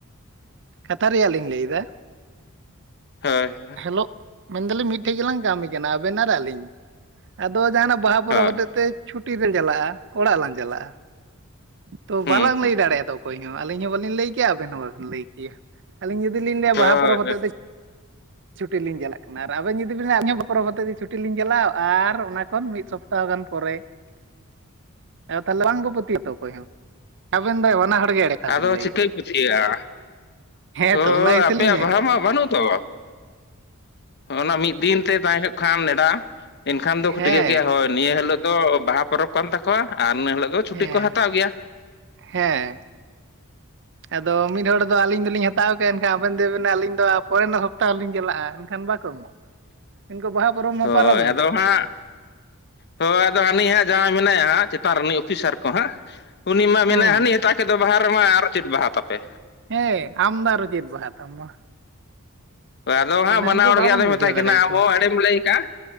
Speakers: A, on the right; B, on the left.
A: ᱠᱟᱛᱷᱟ ᱨᱮᱭᱟᱜ ᱞᱤᱧ ᱞᱟᱹᱭ ᱮᱫᱟ
B: ᱦᱳᱭ
A: ᱞᱚᱜ ᱢᱮᱱᱫᱟᱞᱤᱧ ᱢᱤᱫᱴᱷᱮᱱ ᱜᱮᱞᱟᱝ ᱠᱟᱹᱢᱤ ᱠᱟᱱᱟ ᱟᱵᱮᱱ ᱟᱨ ᱟᱹᱞᱤᱧ ᱟᱫᱚ ᱡᱟᱦᱟᱱᱟᱜ ᱵᱟᱦᱟ ᱯᱚᱨᱚᱵᱽ
B: ᱦᱳᱭ
A: ᱦᱚᱛᱮᱡ ᱛᱮ ᱪᱷᱩᱴᱤ ᱞᱟᱝ ᱪᱟᱞᱟᱜᱼᱟ ᱚᱲᱟᱜ ᱞᱟᱝ ᱪᱟᱞᱟᱜᱼᱟ ᱛᱚ
B: ᱦᱩᱸ
A: ᱵᱟᱞᱟᱝ
B: ᱦᱩᱸ
A: ᱞᱟᱹᱭ ᱫᱟᱲᱮᱭᱟᱜᱼᱟ ᱛᱚ ᱚᱠᱚᱭ ᱦᱚᱸ ᱟᱹᱞᱤᱧ ᱦᱚᱸ ᱵᱟᱹᱞᱤᱧ ᱞᱟᱹᱭ ᱠᱮᱭᱟ ᱟᱵᱮᱱ ᱦᱚᱸ ᱵᱟᱵᱤᱱ ᱞᱟᱹᱭ ᱠᱮᱭᱟ ᱾ ᱟᱹᱞᱤᱧ ᱡᱩᱫᱤᱧ ᱞᱟᱹᱭᱟ
B: ᱦᱳᱭ
A: ᱵᱟᱦᱟ ᱯᱚᱨᱚᱵᱽ ᱦᱮᱛᱮᱡ ᱫᱚ ᱪᱷᱩᱴᱤ ᱞᱤᱧ ᱪᱟᱞᱟᱜ ᱠᱟᱱᱟ ᱟᱨ ᱟᱵᱮᱱ ᱡᱩᱫᱤ ᱵᱮᱱ ᱟᱹᱞᱤᱧ ᱦᱚᱸ ᱵᱟᱦᱟ ᱯᱚᱨᱚᱵᱽ ᱟᱛᱮᱫ ᱪᱷᱩᱴᱤ ᱞᱤᱧ ᱪᱟᱞᱟᱜᱼᱟ ᱟᱨ ᱚᱱᱟ ᱠᱷᱚᱱ ᱢᱤᱫ ᱥᱚᱯᱛᱟᱦ ᱜᱟᱱ ᱯᱚᱨᱮ
B: <unintelligible>
A: ᱛᱟᱦᱚᱞᱮ ᱵᱟᱝ ᱠᱚ ᱯᱟᱹᱛᱭᱟᱹᱛᱚ ᱚᱠᱚᱭ ᱦᱚᱸ ᱟᱵᱮᱱ ᱫᱚ ᱵᱟᱱᱟ ᱦᱚᱲ ᱮᱲᱮ ᱠᱟᱛᱷᱟ
B: ᱟᱫᱚ
A: ᱵᱮᱱ ᱞᱟᱹᱭᱮᱫᱼᱟ
B: ᱪᱤᱠᱟᱹᱭ ᱯᱟᱹᱛᱭᱟᱹᱜᱼᱟ
A: <inaudible> ᱦᱮᱸᱛᱚ
B: ᱦᱳᱭ
A: ᱚᱱᱟ ᱜᱮᱥᱮ
B: ᱟᱯᱮᱭᱟᱜ
A: ᱞᱤᱧ ᱢᱮᱱᱮᱫᱼᱟ
B: ᱵᱟᱦᱟ ᱢᱟ ᱵᱟᱹᱱᱩᱜ ᱛᱚᱣ <unintelligible> ᱚᱱᱟ ᱢᱤᱫ ᱫᱤᱱ ᱛᱮ ᱵᱟᱭ ᱦᱚᱭᱳᱜ ᱠᱷᱟᱱ ᱱᱮᱰᱟ ᱮᱱᱠᱷᱟᱱ ᱫᱚᱠᱚ
A: ᱦᱮᱸ
B: ᱴᱷᱤᱠᱟᱹ ᱠᱮᱜᱼᱟ ᱦᱳᱭ ᱱᱤᱭᱟᱹ ᱦᱤᱞᱳᱜ ᱫᱚ ᱵᱟᱦᱟ ᱯᱚᱨᱚᱵᱽ ᱠᱟᱱ ᱛᱟᱠᱚᱣᱟ ᱟᱨ ᱤᱱᱟᱹ ᱦᱤᱞᱳᱜ ᱫᱚ ᱪᱷᱩᱴᱤ
A: ᱦᱮᱸ
B: ᱠᱚ ᱦᱟᱛᱟᱣ ᱜᱮᱭᱟ
A: ᱦᱮᱸ
B: <inaudible>
A: ᱟᱫᱚ ᱢᱤᱫ ᱦᱚᱲ ᱫᱚ ᱟᱹᱞᱤᱧ ᱫᱚᱞᱤᱧ ᱦᱟᱛᱟᱣ ᱠᱮᱫᱼᱟ ᱮᱱᱠᱷᱟᱱ ᱟᱵᱮᱱ ᱫᱚᱵᱮᱱᱟ ᱟᱹᱞᱤᱧ ᱫᱚ ᱯᱚᱨᱮᱱᱟᱜ ᱥᱚᱯᱛᱟᱦ ᱦᱚᱞᱤᱧ ᱪᱟᱞᱟᱜᱼᱟ ᱮᱱᱠᱷᱟᱱ ᱵᱟᱠᱚ ᱮᱢ
B: <inaudible>
A: ᱤᱱᱠᱩ ᱵᱟᱦᱟ ᱯᱚᱨᱚᱵᱽ
B: ᱦᱳᱭ ᱟᱫᱚ
A: ᱛᱟᱯᱮ
B: ᱦᱟᱸᱜ ᱦᱳᱭ ᱟᱫᱚ ᱦᱟᱹᱱᱤ ᱦᱟᱸᱜ ᱡᱟᱦᱟᱸᱭ ᱢᱮᱱᱟᱭᱟ ᱦᱟᱸᱜ ᱪᱮᱛᱟᱱ ᱨᱤᱱᱤᱡ ᱚᱯᱷᱤᱥᱟᱨ ᱠᱚ ᱦᱟᱸᱜ ᱩᱱᱤ ᱢᱟ ᱢᱮᱱᱟ
A: ᱦᱩᱸ
B: ᱦᱟᱹᱱᱤ ᱦᱟᱛᱟᱣ ᱠᱮᱫ ᱫᱚ ᱵᱟᱦᱟ ᱨᱮᱢᱟ ᱟᱨᱚ ᱪᱮᱫ ᱵᱟᱦᱟ ᱛᱟᱯᱮ
A: ᱦᱮᱸ ᱟᱢ ᱢᱟ ᱟᱨ ᱪᱮᱛ ᱵᱟᱦᱟ ᱛᱟᱢ ᱢᱟ
B: ᱟᱫᱚ
A: ᱢᱟᱱᱮ
B: ᱦᱟᱸᱜ ᱵᱟᱱᱟ
A: ᱩᱱᱠᱩ
B: ᱦᱚᱲ
A: ᱵᱟᱵᱚᱱ
B: ᱜᱮ ᱟᱫᱚᱭ
A: ᱵᱩᱡᱷᱟᱹᱣ
B: ᱢᱮᱛᱟᱭ ᱠᱟᱱᱟ
A: ᱫᱟᱲᱮᱭᱟᱠᱚᱣᱟ
B: ᱟᱢ ᱦᱚᱸ ᱮᱲᱮᱢ ᱞᱟᱹᱭ ᱟᱠᱟᱫᱼᱟ